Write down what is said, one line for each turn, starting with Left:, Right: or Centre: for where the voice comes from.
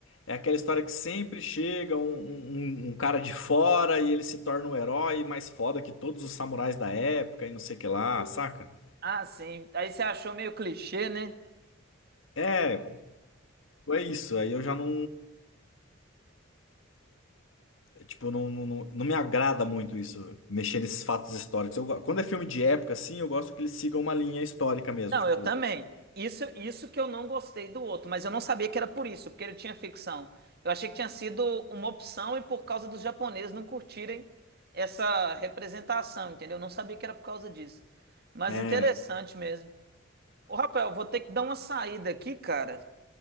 Left: É aquela história que sempre chega um, um, um um cara de fora e ele se torna o herói mais foda que todos os samurais da época e não sei o que lá, saca?
Right: ah, sim. Aí você achou meio clichê, né?
Left: É, é isso. Aí eu já não. Tipo, não, não, não não me agrada muito isso, mexer nesses fatos históricos. Eu go- quando é filme de época, assim, eu gosto que eles sigam uma linha histórica mesmo.
Right: Não,
Left: Tipo,
Right: eu também. Isso, isso que eu não gostei do outro, mas eu não sabia que era por isso, porque ele tinha ficção. Eu achei que tinha sido uma opção e por causa dos japoneses não curtirem essa representação, entendeu? Eu não sabia que era por causa disso. Mas
Left: é.
Right: interessante mesmo. Ô, Rafael, vou ter que dar uma saída aqui, cara,